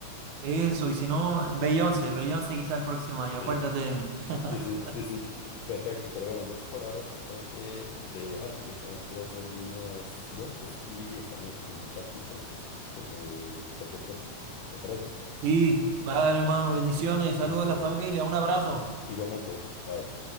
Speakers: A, on the right; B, on the left.
A: eso, y si no, Beyoncé, Beyoncé quizá el próximo año,
B: Sí.
A: acuérdate de mí. <laughs>
B: Sí, sí, sí, sí. Perfecto, pero bueno, yo por ahora te tengo que dejar porque tengo que ir a hacer unas vueltas y estamos en contacto. Entonces, cu- eh, cualquier cosa, ¿te parece?
A: y vale, hermano, bendiciones y saludos
B: Listo.
A: a la familia, un abrazo.
B: Igualmente, bye.